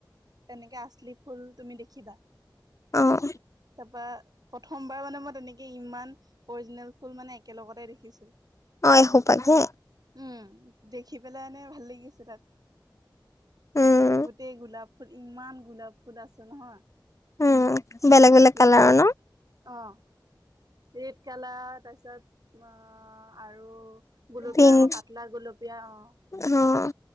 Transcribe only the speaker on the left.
অ',
অ', এসোপাকে
উম,
উম। বেলেগ
বেলেগ কালাৰৰ
ন
পিংক
অ',